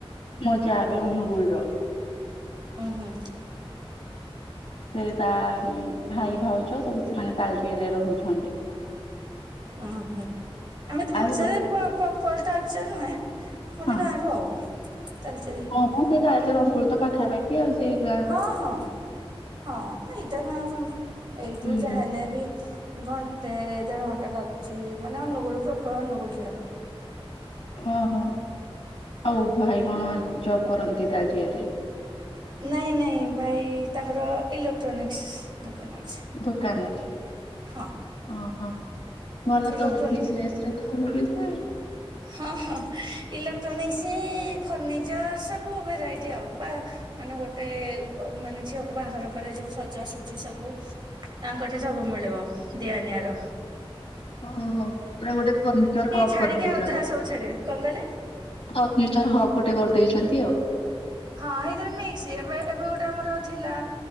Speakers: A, on the left (about 75°); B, on the right (about 50°).
A: ମୋ ଯା ବି ଅନଗୁଳୁ ର।
B: ହୁଁ ହୁଁ।
A: ସେ ତା ଭାଇ ଭାଉଜ ସବୁ ସେମାନେ ତାଲଚେର ରେ ରହୁଛନ୍ତି।
B: ଆ ହଁ। ଆମେ ତାଳଚେରେ
A: ଆଉ ର
B: ପ ପ୍ରପର ତାଳଚେର ନୁହେଁ ଗୋଟେ
A: ହଁ
B: ଗାଁରୁ ଆଉ। ତାଳଚେର ଇଏ
A: ହଁ
B: ହ
A: ମୁଁ ସେ ତାଳଚେର ଅନଗୁଳ ତ ପାଖାପା କିଏ ଆଉ ସିଏ <unintelligible>
B: ହଁ ହଁ ହଁ ଏଇଟା ନୁହଁ ଆଉ କଣ ଏଇଠୁ
A: ହୁଁ
B: ଯାହା ହେଲେ ବି। ଘଣ୍ଟେ ଦେଢ ଘଣ୍ଟା ଲାଗୁଛି ମାନେ ଅନୁଗୁଳୁ ପ୍ରପର୍ ଅନୁଗୁଳୁ ଯିବା ପାଇଁ।
A: ଓହୋ ଆଉ ଭାଇ କଣ ଜବ୍ କରନ୍ତି ତାଳଚେର ରେ?
B: ନାଇଁ ନାଇଁ ଭାଇ ତାଙ୍କର ଇଲେକ୍ଟ୍ରୋନିକ୍ସ ଦୋକାନ ଅଛି।
A: ଦୋକାନ୍ ଅଛି
B: ହଁ
A: ଓହୋ ଭଲ
B: ଇଲେକ୍ଟ୍ରୋନି
A: ତ ବିଜ୍ନେସ୍। ସେଥିରେ ତ ଭଲ ପଇସା। ଆଉ।
B: ହଁ ହଁ ଇଲେକ୍ଟ୍ରୋନିକ୍ସ ଫର୍ଣ୍ଣିିଚର୍ ସବୁ ଭେରାଇଟି ଆଉ ବାହା। ମାନେ ଗୋଟେ ୱ ମାନେ ଝିଅକୁ ବାହାଘର କଲେ ଯୋଉ ସଜାସୁଜି ସବୁ। ତାଙ୍କଠେ ସବୁ ମିଳିବ ଦିଆନିଆର।
A: ଓହୋ ପୁରା ଗୋଟେ ଫର୍ନିଚର ହକ୍
B: ଛାଡିକି
A: କରିଦେଇ
B: ଆଉ ଯାହା ସବୁ ଛାଡିଵେ କଣକହିଲେ?
A: ଫର୍ଣ୍ଣିଚର୍ ହକ୍ ଗୋଟେ କରିଦେଇଛନ୍ତି ଆଉ।
B: ହଁ ହେଇଥିରେ ମିକ୍ସି ଏବେ ଏବେ ଗୋଟେ ଆମର ଥିଲା